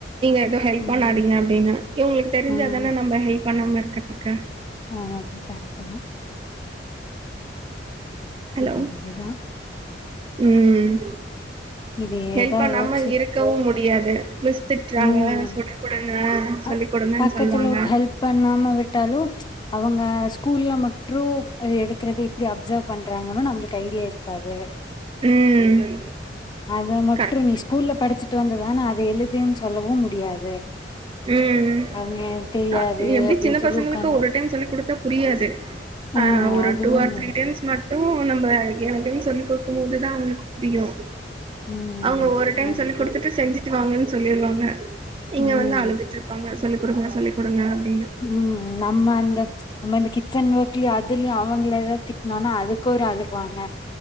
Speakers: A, on the right; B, on the left.
A: எது ஹெல்ப்
B: ம்.
A: பண்ணாதீங்க அப்டின்னு இவங்களுக்கு தெரிஞ்சாதானே
B: ம்.
A: நம்ப ஹெல்ப் பண்ணாம இருக்கறதுக்கு
B: ஆ கரெக்ட் தன
A: ஹலோ
B: இதே தான்
A: ம்
B: இதே
A: ஹெல்ப்
B: தான்
A: பண்ணாம
B: ஒர்க்ஸ்
A: இருக் கவு முடியாது மிஸ் திட்றாங்க
B: ம்.
A: சொல்லி கொடுங்க சொல்லி
B: அ
A: கொடுங்கன்
B: பக்கத்துல
A: சொல்வாங்க
B: ஹெல்ப் பண்ணாம விட்டாலும் அவங்க ஸ்கூல்ல மட் ட்ரூப் எடுக்கறது எப்டி அப்சர்வ் பண்றாங்கன்னு நம்மளுக்கு ஐடியா இருக்காது
A: ம்
B: அத மட்டு
A: கரெக்ட்
B: நீ ஸ்கூல்ல படிச்சுட்டு வந்த தான அத எழுதுன் சொல்லவு முடியாது
A: ம்
B: அவங்க தெரியாது
A: அ எப்டி
B: அப்படின்னு
A: சின்ன
B: சொல்லி
A: பசங்களுக்கு
B: உட்காந்துட்
A: ஒரு டைம் சொல்லிக் குடுத்தா புரியாது
B: ம்.
A: ஆ ஒரு
B: அது
A: டூ
B: ஒண்ணு
A: ஆர் த்ரீ
B: இருக்கு.
A: டைம்ஸ் மட்டு நம்ம <unintelligible> சொல்லி் குடுக்கும் போது தா அவங்களுக்கு புரியு
B: ம்.
A: அவங்க ஒரு டைம்
B: அது
A: சொல்லி குடுத்துட்டு
B: பாட்டு
A: செஞ்சு ட்டு வாங்கன் சொல்லிருவாங்க இங்க
B: ம்.
A: வந்து அழுத்துட்டு இருப்பாங்க சொல்லிக் குடுங்க சொல்லி குடுங்க அப்டின்னு
B: ம் நம்ம அந்த நம்மந்த கிச்சன் வோர்க்லியு அதுலயு அவங்கள எதாவது திட் னோன்னா அதுக்கு ஒரு அழுகுவாங்க